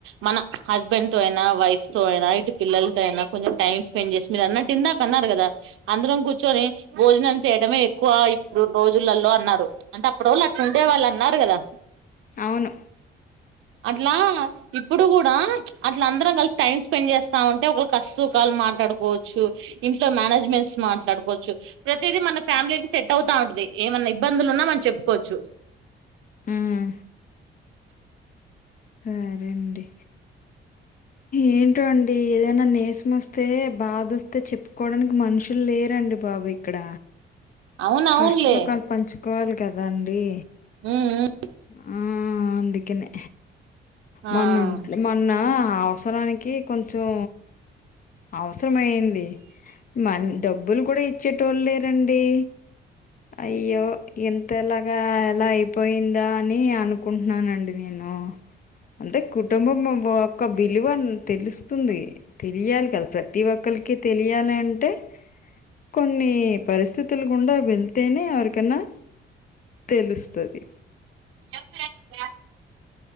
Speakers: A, on the right; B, on the left.
A: మన హస్బెండ్ తో అయినా వైఫ్ తో అయినా ఇటు పిల్ల వెళ్తు అయినా కొంచెం టైం స్పెండ్ చేసి మీరు అన్నట్ ఇందామ్ అన్నారు కదా అందరం కూర్చొని భోజనం చేయడమే ఎక్కువ ఇప్పుడు ఈ రోజులలో అన్నారు అంటే అప్పుడో వొళ్ళు అట్లా ఉండే వాళ్ళు అన్నారు కదా
B: అవును
A: అట్లా ఇప్పుడు కూడా అట్ల అందరం కలిసి టైం స్పెండ్ చేస్తామ్ ఉంటే ఒకరు కస్ట్ సఖాల్ అల్ మాట్లాడుకోవఅచ్చు ఇంట్లో మేనేజ్మెంట్స్ మాట్లాడుకోవఅచ్చు ప్రతిదీ మన ఫ్యామిలీకి సెట్ అవుతా ఉంట అది ఏమ అన్నా ఇబ్బందులు ఉన్నా మనం చెప్పుకోవ అచ్చు
B: మ్మ్ సరే అండి ఏంటో అండి ఏదైనా నీర్సం వస్తే బాధ వస్తే చెప్పుకోవడాఅనికి మనుషులు లేరా అండి బాబు ఇక్కడ
A: అవును అవునులే
B: కష్ట సఖాలు పంచుకోవాలి కదా అండి
A: ఊ ఉ
B: మ్ అందుకనే మొన్న
A: ఆ
B: ఉంటలే మొన్నా అవసరానికి కొంచెం అవసరంమయయింది మరి డబ్బులు కూడా ఇచ్చేటోళ్ళ్ లేర అండి అయ్యో ఇంత ఎలాగా ఎలా అయిపోయిందా అని అనుకుంటుఉన్నాన అండి నేను ను అంటే కుటుంబం మె ఒక్క విలువ అన్ తెలుస్తుఉంది తెలియాలి కదా ప్రతి ఒక్కళ్ కి తెలియాలి అంటే కొన్ని పరిస్థితులు గుండా వెళ్తేనే ఎవరిక అన్నా తెలుస్త అది
A: చెప్పు లేక్ బ్యాగ్